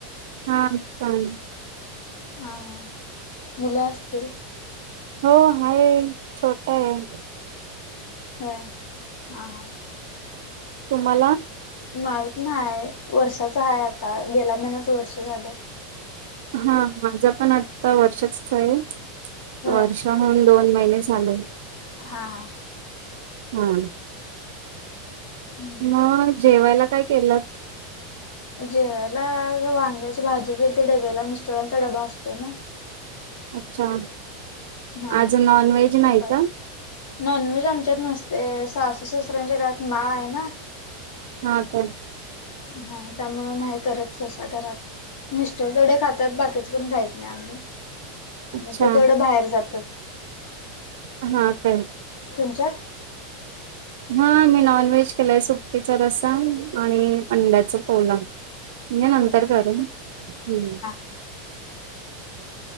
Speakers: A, on the right; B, on the left.
A: हा प <unintelligible>
B: ह ह मुलं असतील.
A: हो हाय छोटा आहे.
B: हम् हा हा
A: तुम्हाला
B: मग ना आहे वर्षाच आहे. आता गेल्या महिन्यात वर्ष झालं
A: हा माझा पण आता वर्षच आहे.
B: होय
A: वर्ष हून दोन महिने चालू
B: हा हां
A: हां
B: हम्
A: मग जेवायला काय केलंत?
B: जेव्याला वांग्याची भाजी केेली. ती डब्याला मिस्टरांचा डबा असतो ना.
A: अच्छा
B: हा.
A: आज नॉन व्हेज नाही.
B: चपाती
A: का
B: नॉनव्हेज आमच्यात नसते सासू सासऱ्यांच्या गळात माळ आहे ना
A: हा का
B: हा त्यामुळ आहे करतसा घरात मिस्टर डे खातात बाकीच पण खायत नाही. आम्ही
A: अच्छा
B: मग ते तेवढं बाहेर जातात.
A: हा काय
B: तुमच्या
A: हा मी नॉन व्हेज केलाय सुटटीच रसाण आणि अंड्याच पोला म्हणजे नंतर करू ना हम्म
B: ह